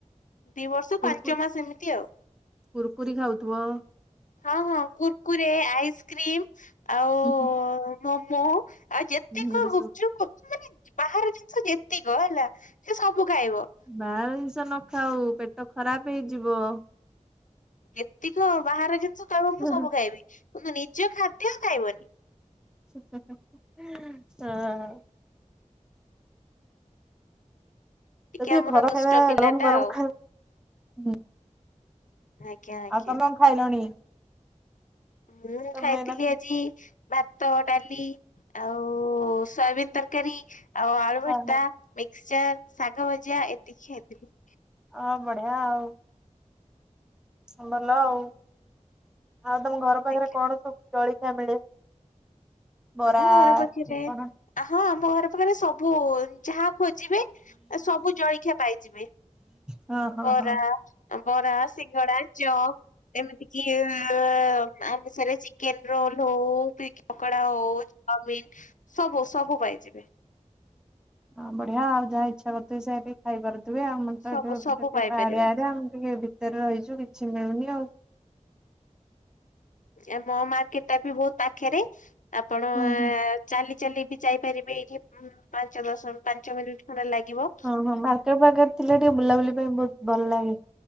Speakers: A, on the left (about 85°); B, in the centre.
A: ଦି ବର୍ଷ
B: କରୁକୁର୍।
A: ପାଞ୍ଚ ମାସ ଏମିତି ଆଉ
B: କୁୁର୍କରେ ଖାଉଥିବା।
A: ହଁ ହଁ କୁର୍କୁରେ ଆଇସ୍କ୍ରିମ୍ ଆଉ
B: ହୁଁ ହୁଁ
A: ମୋମୋ। ଆଉ ଯେତିକ
B: ଏଗୁଡା
A: ଗୁପ୍
B: ସବୁ
A: ଚୁପ୍ ମାନେ ବାହାର ଜିନିଷ ଯେତିକ ହେଲା ସେ ସବୁ ଖାଇବ।
B: ବାହାର ଜିନିଷ ନ ଖାଉ ପେଟ ଖରାପ ହେଇଯିବ।
A: ଏତିକ ବାହାର ଜିନିଷ କହିବ
B: ହଁ
A: ମୁଁ ସବୁ ଖାଇବି କିନ୍ତୁ ନିଜ ଖାଦ୍ୟ। ସେତିକଖାଇବନି।
B: ହୁ ହୁଉଁ ହ।
A: ଟିକେ
B: ଯେତିକି
A: ଆମର
B: ଘର
A: ଦୁଷ୍ଟ
B: ଖାଇବା
A: ପିଲା
B: ଗରମ୍
A: ଟା
B: ଗରମ୍
A: ଆଉ
B: ଖାଇବୁ ହୁଁ।
A: ଆଜ୍ଞା ଆଜ୍ଞା।
B: ଆଉ ତମେ ଖାଇଲଣି।
A: ମୁଁ
B: ତମେ
A: ଖାଇଥିଲି
B: ଏଇନା
A: ଆଜି। ଭାତ ଡାଲି ଆଉ ସୟାବିିନ୍ ତରକାରୀ ଆଉ ଆଳୁ
B: ହଁ
A: ଭର୍ତା।
B: ହଁ
A: ମିକ୍ସଚର୍ ଶାଗ ଭଜା ଏତିକି ଖିଆଇଥିଲି।
B: ହଁ ବଢିଆ ଆଉ। ହଁ ଭଲ ଆଉ ଆଉ ତମ ଘର। ଘର ପାଖରେ
A: ଆଜ୍ଞା
B: କଣ ସବୁ ଜଳଖିଆ ମିଳେ ବରା
A: ଆମ ଘର
B: ଏଇ
A: ପାଖରେ
B: କଣ।
A: ହଁ ଆମ ଘର ପାଖରେ ସବୁ ଯାହା। ଖୋଜିବେ ସବୁ ଜଳଖିଆ ପାଇଯିବେ
B: ହଁ ହଁ
A: ବରା।
B: ହଁ।
A: ବରା ସିଙ୍ଗଡା ଚପ୍ ଏମିତି କିି ଇ ଇ। ଆମ ସରେ ଚିକେନ୍ ରୋଲ ହଉ ପିକ୍ ପକୋଡା ହଉ। ଚାଉମିନ୍ ସବୁ ସବୁ ପାଇଯିବେ।
B: ହଁ ବଢିଆ ଆଉ ଯାହା ଇଚ୍ଛା କରିଥିବେ ସେୟ। ଖାଇପାରୁଥିବେ ଆମର
A: ସବୁ
B: ତ ଏଠିେ
A: ସବୁ
B: ଟିକେ
A: ପାଇପାରିବେ।
B: ପାହା ଡିଆଏରିଆ ଆମେ ଟିକେ ଭିତରେ ରହିଛୁ କିଛି ମିଳୁନି ଆଉ।
A: ଆ ମୋ ମାର୍କଟେ ଟା ବି ବହୁତ୍ ପାଖରେ ଆପଣ।
B: ହୁଁ ହୁଁ।
A: ଚାଲି ଚାଲି ବି ଯାଇପାରିବେ ଏଇଠି ପାଞ୍ଚ ଦଶ ପାଞ୍ଚ ମିନିଟ୍ ଖଣ୍ଡେ ଲାଗିବ।
B: ହଁ ହଁ ମାର୍କେଟ୍ ଫାର୍କେଟ ଥିଲା ଟିକେ ବୁଲାବୁଲି ପାଇଁ ବହୁତ୍ ଭଲ ଲାଗେ।